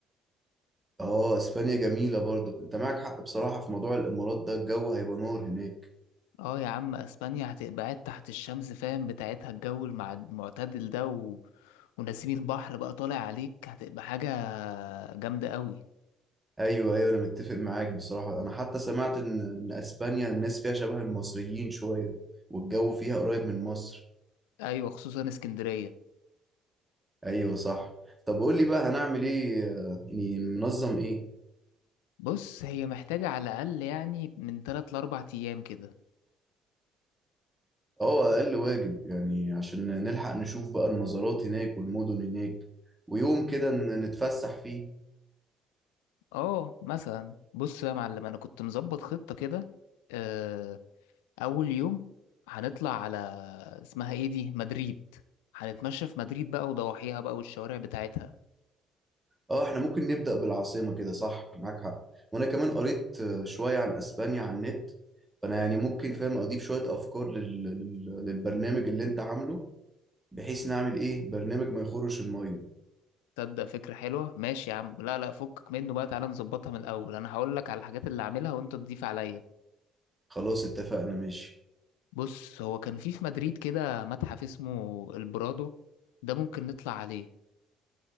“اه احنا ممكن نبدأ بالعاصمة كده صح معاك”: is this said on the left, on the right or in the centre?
Right